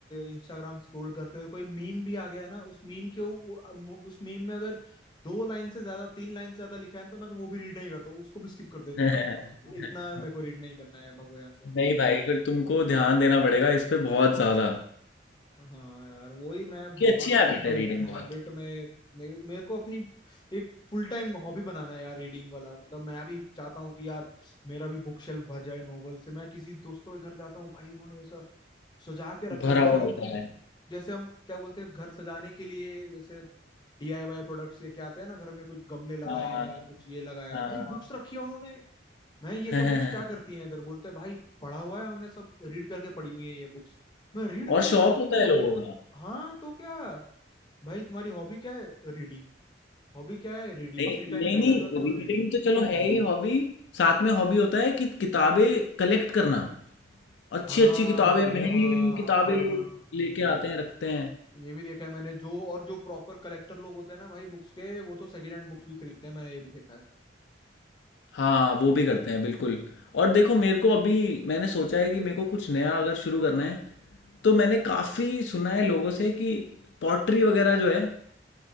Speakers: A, on the left (about 25°); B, on the left (about 70°).
A: इंस्टाग्राम स्क्रॉल करते हुए कोई मीम भी आ गया है ना उस मीम के उ- उस मीम में अगर दो लाइन से ज्यादा तीन लाइन से ज्यादा लिखा है ना तो मैं तो वो भी रीड नहीं करता हूँ उसको भी स्किप कर देता
B: है।
A: हूँ मैं
B: <laughs>
A: इतना मेरे को रीड नहीं करना है भगो यहाँ से
B: नहीं भाई फिर तुमको ध्यान देना पड़ेगा इस पे बहुत ज्यादा
A: हाँ यार वही मैं मेरे
B: कि अच्छी
A: को
B: हैबिट
A: अपना
B: है
A: एक
B: रीडिंग
A: हैबिट
B: बहुत
A: में मे, मेरे को अपनी एक फुल टाइम हॉबी बनाना है यार रीडिंग वाला मतलब मैं भी चाहता हूँ कि यार मेरा भी बुक शेल्फ भर जाए नॉवल से मैं किसी दोस्तों के घर जाता हूँ भाई उन्होंने ऐसा सजा के रखा
B: भरा
A: है जैसे
B: हुआ
A: हम
B: होता है
A: जैसे हम क्या बोलते हैं घर सजाने के लिए जैसे डीआईवाई प्रोडक्ट्स लेके आते हैं ना घर में कुछ गमले लगाए
B: हाँ
A: हैं कुछ ये लगाया है
B: हाँ
A: भाई बुक्स रखी है उन्होंने मैं ये
B: <laughs>
A: सब
B: हाँ।
A: बुक्स क्या करती हैं इधर बोलते हैं भाई पढ़ा हुआ है हमने सब रीड करके पढ़ी हुई है ये बुक्स मैं रीड
B: और
A: करी
B: शौक
A: है इतनी
B: होता है
A: मोटी
B: लोगों
A: मोटी
B: का
A: हाँ तो क्या भाई तुम्हारी हॉबी क्या है रीडिंग हॉबी क्या है रीडिंग
B: नहीं
A: फ्री टाइम
B: नहीं
A: में
B: नहीं
A: क्या करते हो
B: रीडिंग
A: रीडिंग
B: तो चलो है ही हॉबी साथ में हॉबी होता है कि किताबें कलेक्ट करना अच्छी
A: हाँ
B: अच्छी किताबें महंगी
A: हाँ
B: महंगी
A: हाँ
B: किताबें
A: हाँ
B: लोग
A: हाँ।
B: हम्म लेके आते हैं रखते हैं
A: ये भी देखा है मैंने जो और जो प्रॉपर कलेक्टर लोग होते हैं ना भाई बुक्स के वो तो सेकेंड हैंड बुक्स भी खरीदते हैं मैंने ये भी देखा है
B: हाँ वो भी करते हैं बिल्कुल और देखो मेरे को अभी मैंने सोचा है कि मेरे को कुछ नया अगर शुरू करना है तो मैंने काफ़ी सुना है लोगों से कि पॉटरी वगैरह जो है